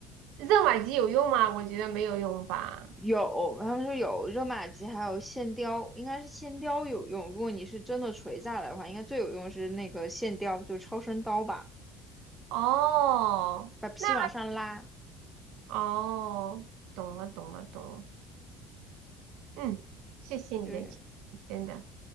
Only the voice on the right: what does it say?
热玛吉有用吗？我觉得没有用吧。
哦，
那哦，懂了，懂了，懂了。嗯，谢谢你的建议，
真的。